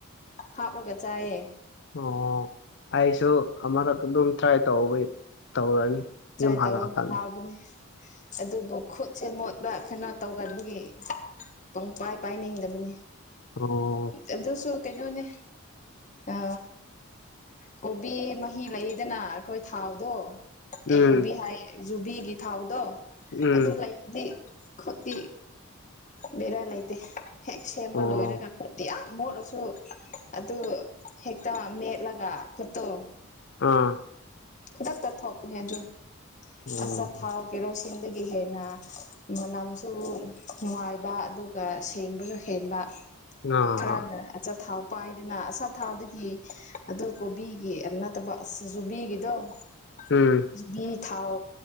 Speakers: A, on the left; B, on the left.
A: ꯍꯥꯞꯂꯒ ꯆꯥꯏꯌꯦ
B: ꯑꯣ ꯑꯩꯁꯨ ꯑꯃꯨꯔꯛ ꯑꯗꯨꯝ ꯇ꯭ꯔꯥꯏ ꯇꯧꯔꯒ ꯇꯧꯔꯅꯤ
A: ꯇ꯭ꯔꯥꯏ
B: ꯌꯨꯝ ꯍꯜꯂꯛꯑꯀꯥꯟꯗ
A: ꯇꯧꯋꯣ ꯍꯥꯎꯕꯅꯦ ꯑꯗꯨꯕꯨ ꯈꯨꯠꯁꯦ ꯃꯣꯠꯄ ꯀꯩꯅꯣ ꯇꯧꯒꯟꯕꯒꯤ ꯄꯨꯡ ꯄꯥꯏ ꯄꯥꯏꯅꯤꯡꯗꯕꯅꯤ
B: ꯑꯣ
A: ꯑꯗꯨꯁꯨꯨ ꯀꯩꯅꯣꯅꯦ ꯑ ꯀꯣꯕꯤ ꯃꯍꯤ ꯂꯩꯗꯅ ꯑꯩꯈꯣꯏ ꯊꯥꯎꯗꯣ
B: ꯎꯝ
A: ꯑꯦ ꯀꯣꯕꯤ ꯍꯥꯏꯌꯦ ꯌꯨꯕꯤꯒꯤ ꯊꯥꯎꯗꯣ
B: ꯎꯝ
A: ꯑꯗꯨ ꯂꯩ ꯔꯗꯤ ꯈꯨꯠꯇꯤ ꯕꯦꯔꯥ ꯂꯩꯥꯇꯦ ꯍꯦꯛ ꯁꯦꯝꯕ
B: ꯑꯣ
A: ꯂꯣꯏꯔꯒ ꯑꯩꯈꯣꯏꯗꯤ ꯌꯥꯝ ꯃꯣꯠꯂꯁꯨ ꯑꯗꯨ ꯍꯦꯛꯇ ꯃꯦꯠꯂꯒ ꯈꯨꯠꯇꯣ
B: ꯑꯥ
A: ꯈꯨꯗꯛꯇ ꯊꯣꯛꯄꯅꯦ ꯑꯗꯨ
B: ꯑꯣ
A: ꯑꯆꯥꯊꯥꯎ ꯀꯦꯔꯣꯁꯤꯟꯗꯒꯤ ꯍꯦꯟꯅ ꯃꯅꯝꯁꯨ ꯅꯨꯡꯉꯥꯏꯕ ꯑꯗꯨꯒ ꯁꯦꯡꯕꯁꯨ ꯍꯦꯟꯕ
B: ꯑꯥ
A: ꯈꯔꯅ
B: ꯑꯥ
A: ꯑꯆ ꯊꯥꯎ ꯄꯥꯏꯗꯅ ꯑꯆꯊꯥꯎꯗꯒꯤ ꯑꯗꯣ ꯀꯣꯕꯤꯒꯤ ꯅꯠꯇꯕ ꯅꯠꯇꯕ ꯑꯁ ꯌꯨꯕꯤꯒꯤꯗꯣ <inaudible>
B: ꯎꯝ
A: ꯌꯨꯕꯤ ꯊꯥꯎ